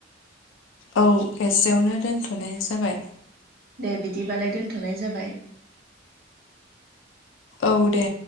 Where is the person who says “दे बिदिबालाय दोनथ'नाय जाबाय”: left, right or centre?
Right